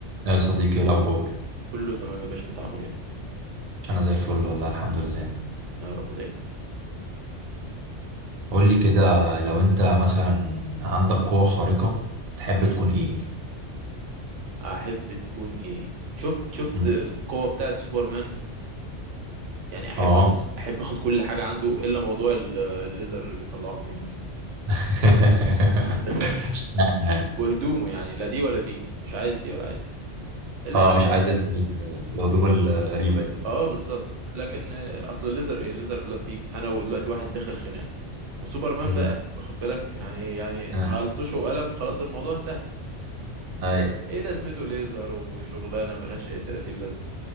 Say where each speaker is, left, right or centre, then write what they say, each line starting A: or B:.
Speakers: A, on the right (about 60°); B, on the right (about 80°).
A: يا صديقي إيه الأخبار
B: كله تمام يا باشا انت عامل ايه
A: أنا زي الفل والله الحمد لله
B: يا رب دايما
A: قول لي كده لو أنت مثلا عندك قوة خارقة تحب
B: مم.
A: تكون إيه؟
B: احب تكون ايه شفت شفت
A: م.
B: القوة بتاعت سوبرمان يعني احب
A: آه
B: اخد احب اخد كل حاجة عنده الا موضوع ال- الليزر اللي بيطلعه من هنا ده.
A: <laughs>
B: <laughs> بس بس
A: لا، يعني
B: وهدومه يعني لا دي ولا دي مش عايز دي ولا عايز دي الليزر
A: آه مش
B: بقى
A: عايز أنت الهدوم الغريبة دي
B: اه بالظبط لكن آه، اصل الليزر ايه الليزر دلوقتي انا ودلوقتي واحد داخل خناق وسوبرمان
A: م.
B: بقى واخد بالك يعني يعني
A: آه.
B: هلطشه وقلم خلاص الموضوع انتهى
A: أي
B: ايه لازمته ليزر وشغلانه ملهاش اي 30